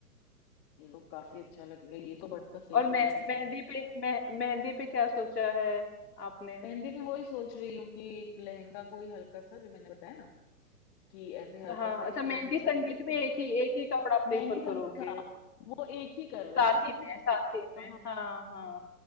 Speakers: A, on the left; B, on the left.
A: ये लोग काफी अच्छा लगेगा ये तो बट का सही
B: और
A: सजेशन
B: मेह, मेहंदी
A: था
B: पे मेह, मेहंदी पे क्या सोचा है आपने
A: मेहंदी भी वही सोच रही हूँ कि एक लहंगा कोई हल्का सा जो मैंने बताया ना कि ऐसे हल्का
B: हाँ
A: सा एक
B: अच्छा
A: कोई
B: मेहंदी
A: लहंगा
B: संगीत
A: ले लेती
B: में
A: हूँ
B: एक ही एक ही कपड़ा
A: मेहंदी
B: प्रेफर
A: संगीत
B: करोगे
A: हाँ, वो एक ही कर रहे
B: साथी
A: हैं ना तो फिर
B: में साथी
A: कहाँ
B: में हाँ हाँ